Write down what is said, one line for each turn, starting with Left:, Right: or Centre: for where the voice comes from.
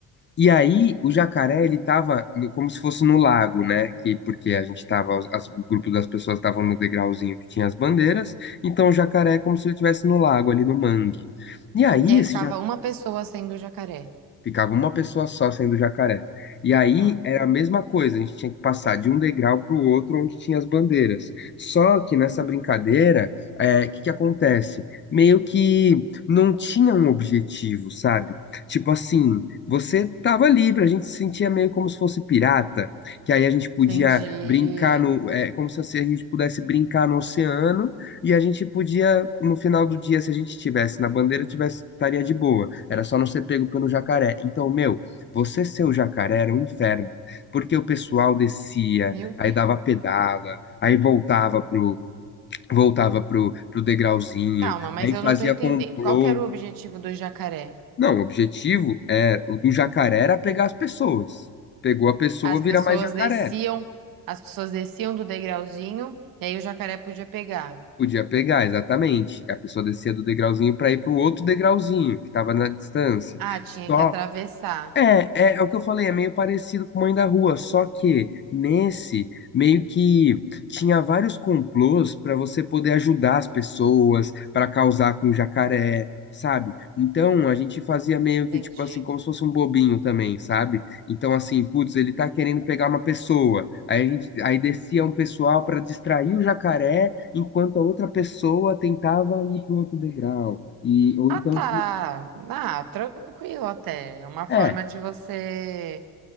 Left: e aí o jacaré ele tava no- como se fosse no lago, né? Que porque a gente tava, as- as- o grupo das pessoas estavam no degrauzinho que tinha as bandeiras, então o jacaré é como se ele estivesse no lago ali no mangue. E aí
Right: E aí
Left: esse
Right: ficava uma pessoa sendo o jacaré.
Left: Ficava uma pessoa só sendo jacaré. E aí
Right: Tá.
Left: era a mesma coisa, a gente tinha que passar de um degrau para o outro onde tinha as bandeiras. Só que nessa brincadeira, é, o que que acontece? Meio que não tinha um objetivo, sabe? Tipo assim, você tava livre, a gente se sentia meio como se fosse pirata, que aí a gente podia
Right: Entendi.
Left: brincar no, é, como se assim a gente pudesse brincar no oceano e a gente podia, no final do dia, se a gente tivesse na bandeira, tivesse, estaria de boa. Era só não ser pego pelo jacaré. Então, meu, você ser o jacaré era um inferno. Porque o pessoal descia,
Right: Meu
Left: aí
Right: Deus.
Left: dava pedala, aí voltava pro, voltava pro, pro degrauzinho,
Right: Calma, mas
Left: aí
Right: eu
Left: fazia
Right: não tô entendendo.
Left: complô.
Right: Qual que era o objetivo do jacaré?
Left: Não, o objetivo é, o do jacaré era pegar as pessoas. Pegou a pessoa,
Right: As pessoas
Left: vira mais jacaré.
Right: desciam, as pessoas desciam do degrauzinho e aí o jacaré podia pegar.
Left: Podia pegar, exatamente. A pessoa descia do degrauzinho para ir para o outro degrauzinho, que estava na distância.
Right: Ah, tinha
Left: Só
Right: que atravessar.
Left: é, é, é o que eu falei, é meio parecido com Mãe da Rua, só que nesse meio que tinha vários complôs para você poder ajudar as pessoas, para causar com o jacaré, sabe? Então a gente fazia meio que
Right: Entendi.
Left: tipo assim, como se fosse um bobinho também, sabe? Então assim, putz, ele tá querendo pegar uma pessoa. Aí a gente, aí descia um pessoal para distrair o jacaré, enquanto a outra pessoa tentava ir pro outro degrau. E ou
Right: Ah,
Left: então,
Right: tá. Ah, tranquilo até. É uma forma
Left: é
Right: de você,